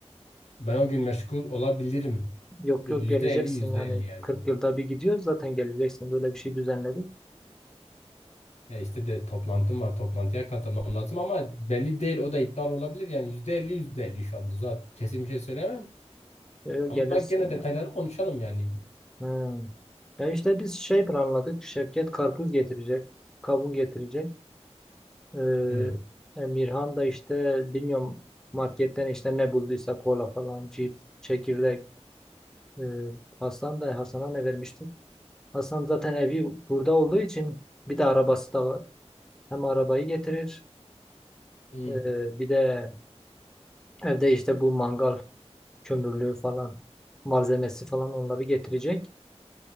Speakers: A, on the left (about 80°); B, in the centre.
A: ben o gün meşgul olabilirim.
B: Yok
A: Bu
B: yok
A: yüzde
B: geleceksin
A: elli yüzde
B: yani
A: elli yani.
B: 40 yılda bir gidiyoruz zaten geleceksin. Böyle bir şey düzenledik.
A: Ya işte de toplantım var toplantıya katılmam lazım ama belli değil o da iptal olabilir yani yüzde elli yüzde elli şu anda zaten kesin bir şey söyleyemem.
B: Yok yok,
A: Ama
B: gelirsin.
A: gene detayları konuşalım yani.
B: Ha. Ya işte biz şey planladık. Şevket karpuz getirecek. Kavun getirecek. Ee,
A: Hı.
B: Emirhan da işte bilmiyorum marketten işte ne bulduysa kola falan, cips, çekirdek. Ee, Hasan da Hasan'a ne vermiştik? Hasan zaten evi burada olduğu için bir de arabası da var. Hem arabayı getirir.
A: Hı
B: ee, bir de evde işte bu mangal kömürlüğü falan malzemesi falan onları getirecek.